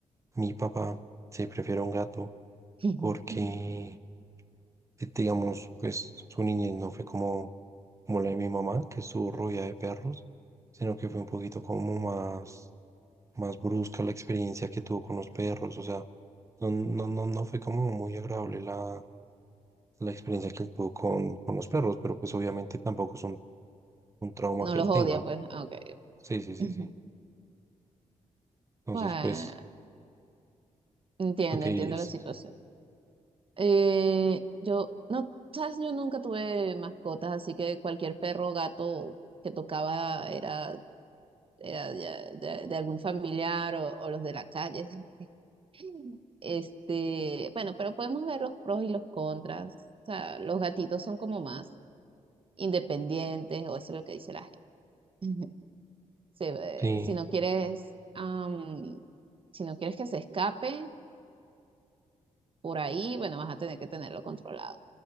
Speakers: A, on the right; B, on the right.
A: mi papá se prefiere a un gato
B: <laughs>
A: porque, eh, digamos, pues su niñez no fue como, como la de mi mamá, que estuvo rodeada de perros, sino que fue un poquito como más, más brusca la experiencia que tuvo con los perros, o sea, no, no, no, no fue como muy agradable la, la experiencia que él tuvo con, con los perros, pero pues obviamente tampoco es un un trauma
B: No
A: que
B: los
A: él
B: odia,
A: tenga.
B: pues. Ah, ok.
A: Sí, sí, sí,
B: Ujú.
A: sí. Entonces,
B: Bueno,
A: pues,
B: entiendo,
A: ¿tú qué
B: entiendo
A: dirías?
B: la situación. Eh, yo, no, sabes, yo nunca tuve mascotas, así que cualquier perro o gato que tocaba era, era de, de- de algún familiar o, o los de la calle. <laughs> Este, bueno, pero podemos ver los pros y los contras. O sea, los gatitos son como más. independientes, o eso es lo que dice la gente. <laughs> Se ve-
A: Sí,
B: si no quieres, am, si no quieres que se escape por ahí, bueno, vas a tener que tenerlo controlado.